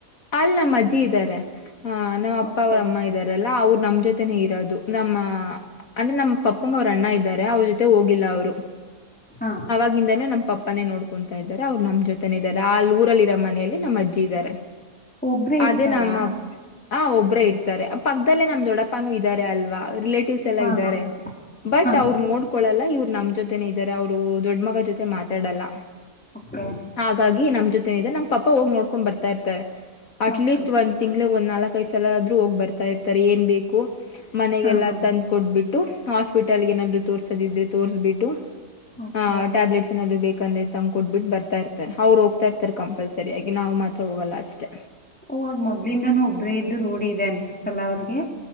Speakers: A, on the left; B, in the centre.
A: ಅಲ್ಲಿ ನಮ್ಮ ಅಜ್ಜಿ ಇದ್ದಾರೆ ಆ ನಮ್ಮ್ ಅಪ್ಪ
B: ಓಕೆ
A: ಅವರ ಅಮ್ಮ ಇದ ಇದಾರಲ್ಲ ಅವ್ರು ನಮ್ ಜೊತೆನೆೇ ಇರೋದು ನಮ್ಮ ಅಂದ್ರೆ ನಮ್ಮ್ ಪಪ್ಪಂಗ ಅವ್ರ ಅಣ್ಣ ಇದ್ದಾರೆ ಅವ್ರ ಜೊತೆ ಹೋಗಿಲ್ಲ ಅವ್ರು
B: ಹಾ
A: ಆಗಿಂದಾನೇ ನಮ್ಮ್ ಪಪ್ಪಾನೇ ನೋಡ್ಕೊಂತಾ ಇದ್ದಾರೆ ಅವ್ರು ನಮ್ ಜೊತೆನೆ ಇದಾರೆ ಆ ಊರಲ್ಲಿ ಇರ ಮನೇೆಯಲ್ಲಿ ನಮ್ಮ್ ಅಜ್ಜಿ ಇದಾರೆ
B: ಒಬ್ರೇ
A: ಅದೇ
B: ಇರ್ತಾರಾ
A: ನಮ್ಮ ಹ ಒಬ್ಬರ ಇರ್ತಾರೆ ಪಕ್ಕದಲ್ಲೇ ನಮ್ ದೊಡ್ಡಪ್ಪನೂ ಇದ್ದಾರೆ ಅಲ್ವಾ ರಿಲೇಟ್ ರಿಲೇಟಿವ್ಸ್ ಎಲ್ಲ
B: ಹಾ
A: ಇದ್ದಾರೆ
B: ಹಾ
A: ಬಟ್
B: ಹಾ
A: ಅವ್ರು ನೋಡ್ ಹೊಂದ್ಕೊಳಲ್ಲ ಇವ್ರು ನಮ್ ಜೊತೆೇನೆ ಇದ್ದಾರೆ ಅವ್ರು ದೊಡ್ಡ ಮಗ ಜೊತೆ ಮಾತಾಡಲ್ಲ
B: ಓಕೆ
A: ಹಾಗಾಗಿ ನಮ್ಮ್ ಜೊತೆೇನಿದೆ ನಮ್ಮ ಪಪ್ಪಾ ಹೋಗಿ ನೋಡ್ಕೊಂಡ್ ಬರ್ತಾ ಇರ್ತಾರೆ ಅಟ್
B: ಓಕೆ
A: ಲೀಸ್ಟ್ ಒಂದ್ ತಿಂಗಳು ಒಂದ್ ನಾಲ್ಕ ಐದು ಸಲ ಆದ್ರೂ ಹೋಗ್ ಬರ್ತಾ ಇರ್ತಾರೆ ಏನ್ ಬೇಕು ಮನೆಗೆಲ್ಲಾ
B: ಹಾ ಹಾ
A: ತಂದ್ ಕೊಟ್ಬಿಟ್ಟು ಹಾಸ್ಪಿಟಲ್ಗೆ ಏನಾದ್ರು ತೋರ್ಸದಿದ್ರೆ ತೋರ್ಸ್ಬಿಟ್ಟು
B: ಓಕೆ
A: ಹಾ ಟ್ಯಾಬ್ಲೆಟ್ಸ್ ಏನಾದ್ರು ಬೇಕು ಬೇಕಂದ್ರೆ ತಕೊಟ್ಬ ಬಿಟ್ಟು ಬರ್ತಾ ಇರ್ತಾರೆ ಅವ್ರು ಹೋಗತ ಇರ್ತಾರ ಕಂಪಲ್ಸರಿ ಹಾಗಗ ನಾವು ಮಾತ್ರ ಹೋಗಲ್ಲ ಅಷ್ಟೇ
B: ಓ ಅದ್ ಮೊದ್ಲಿಂದನ ಒಬ್ಬ್ರೇ ಇದ್ದ್ ರೂಡಿ ಇದೆ ಅನ್ಸತಲ್ಲಾ ಅವ್ರಿಗೆ